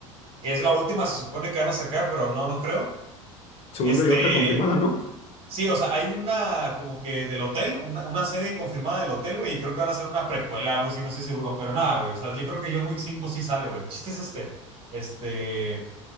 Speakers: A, on the right; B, on the left.
A: que es la última, se supone que van a sacar, pero no, no creo.
B: Según
A: Este,
B: yo hay otra confirmada, ¿no?
A: sí, o sea, hay una como que del hotel, una, una serie confirmada del hotel, güey, y creo que van a hacer una precuela, algo así, no estoy seguro, pero nada, güey, o sea, yo creo que John Wick cinco sí sale, güey. El chiste es este, este,